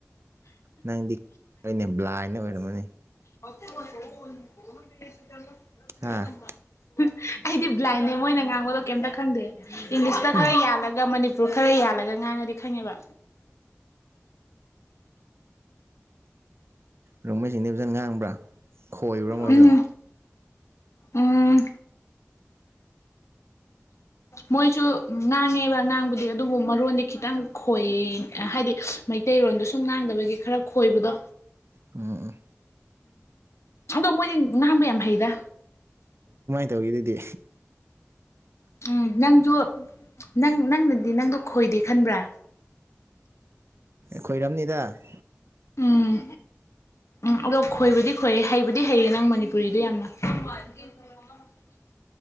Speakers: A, on the right (about 60°); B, on the left (about 75°).
A: ꯅꯪꯗꯤꯅꯦ ꯕ꯭ꯂꯥꯏꯟ ꯑꯣꯏꯔꯝꯃꯅꯤ
B: <unintelligible>
A: ꯍꯥ
B: ꯑꯩꯗꯤ ꯕ꯭ꯂꯥꯏꯟꯅꯦ ꯃꯣꯏꯅ ꯉꯥꯡꯕꯗꯣ ꯀꯩꯝꯇ ꯈꯪꯗꯦ ꯏꯪꯂꯤꯁꯇ
A: ꯎꯝ
B: ꯈꯔ ꯌꯥꯜꯂꯒ ꯃꯅꯤ ꯈꯔ ꯌꯥꯜꯂꯒ ꯉꯥꯡꯉꯗꯤ ꯈꯪꯉꯦꯕ
A: ꯔꯣꯡꯃꯩꯁꯤꯡꯗꯤ ꯐꯖꯅ ꯉꯥꯡꯕ꯭ꯔꯥ ꯈꯣꯏꯕ꯭ꯔꯥ ꯃꯣꯏꯁꯨ
B: ꯎꯝ ꯎꯝ ꯃꯣꯏꯁꯨ ꯉꯥꯡꯉꯦꯕ ꯉꯥꯡꯕꯗꯤ ꯑꯗꯨꯕꯨ ꯃꯔꯣꯟꯗꯤ ꯈꯤꯇꯪ ꯈꯣꯏ ꯍꯥꯏꯗꯤ ꯃꯩꯇꯩꯔꯣꯟꯗꯣ ꯁꯨꯝ ꯉꯥꯡꯗꯕꯒꯤ ꯈꯔ ꯈꯣꯏꯕꯗꯣ
A: ꯎ
B: ꯑꯗ‌ꯣ ꯃꯣꯏꯗꯤ ꯉꯥꯕ ꯌꯥꯝ ꯍꯩꯗ
A: ꯈ‌ꯣꯏꯗꯨꯗꯤ
B: ꯎꯝ ꯅꯪꯁꯨ ꯅꯪ ꯅꯪꯅꯗꯤ ꯅꯪꯗꯣ ꯈꯣꯏꯗꯦ ꯈꯟꯕ꯭ꯔꯥ
A: ꯈꯣꯏꯔꯝꯅꯤꯗ
B: ꯎꯝ ꯎꯝ ꯑꯗꯣ ꯈꯣꯏꯕꯗꯤ ꯈꯣꯌ‌ꯦ ꯍꯩꯕꯗꯤ ꯍꯩꯌꯦ ꯅꯪ ꯃꯅꯤꯄꯨꯔꯤꯗꯣ ꯌꯥꯝꯅ <unintelligible>